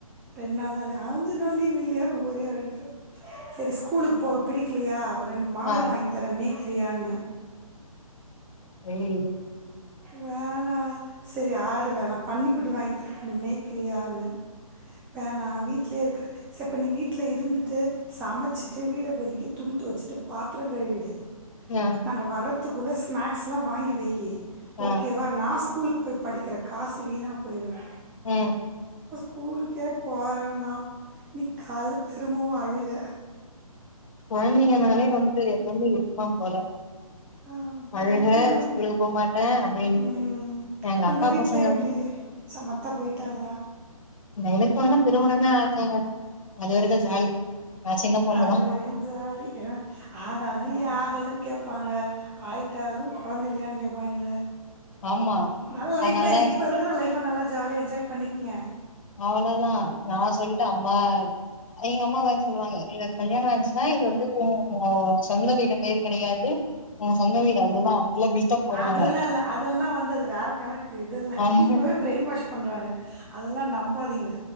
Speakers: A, in the centre; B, on the left.
A: ரெண் நாள் தானே அஞ்சு நாள் லீவ் இல்லையானு ஒரே அழுக சரி ஸ்கூலுக்கு போக பிடிக்கலையா ரெண்டு மாடு
B: ஆ
A: வாங்கி தரே மேக்கிரியான்னே
B: ம்
A: வேணா சரி ஆடு வேணா பன்னிகுட்டி வாங்கி தரே மேக்கிரியான்னு வேணா வீட்லயே இருக்கறே ச இப்ப நீ வீட்ல இருந்துட்டு சமைச்சிட்டு வீடை பெருக்கி துணித்து வச்சிட்டு பாத்திரம் கழுவிடு
B: ஆ
A: நாங்க வர்ரது குள்ள ஸ்நாக்ஸ் எல்லாம் வாங்கி வையி
B: ஆ
A: ஓகேவா நாஸ் கூலுக்கு போய் படிக்கிற காசு வீணா போயிடும்
B: ம்
A: கூலுக்கே போறோன்னா இன்னிக்கு காலை திரும்பவும் அழுக
B: குழந்தைங்கனாலே வந்து எப்பவுமே இருப்பான் போல
A: ஆமாம்
B: அழுக
A: ஆமாம் உங்கள்
B: ஸ்கூலுக்கு போக மாட்டேன் அப்படின்ட்டு
A: ம்
B: எங்க
A: உங்கள்
B: அக்கா
A: வீட்டில்
B: பசங்க
A: எப்படி சமத்தா போயிட்டாங்களா
B: எனக்குவேணா திருமணமே ஆகலங்க அதுவரைக்கும் ஜாலி நான் சின்ன பொண்ணுதான்
A: அது வரையு ஜாலி ஆனாலும் ஏ ஆகலன்னு கேடப்பாங்க ஆயிட்டு டாலும் குழந்தை இல்லையான்னு கேட்பாங்க
B: ஆமா
A: நல்ல லைஃப்
B: அதனால
A: இப்ப இருக்கிற லைப் நல்லா ஜாலிய என்ஜாய் பண்ணிக்கிங்க
B: அவ்வளேதான் நான் சொல்லிட்ட அம்மா எங்க அம்மா வேரு சொல்லுவாங்கங்க <unintelligible> கல்யாண அசினா இது வந்து ஓ சொந்த வீடுமேரி கிடையாது உங்க சொந்த வீடு அதுதான் அப்டில்ல பிட்டா போடுவாங்க
A: அதெல்லா இல்ல அதெல்லா வந்து அது வேற கணக்கு இதெல்லாம்
B: ஆமா
A: இப்பவே பிரயின் வாஷ் பண்றாங்க அதெல்லாம் நம்பாதீங்க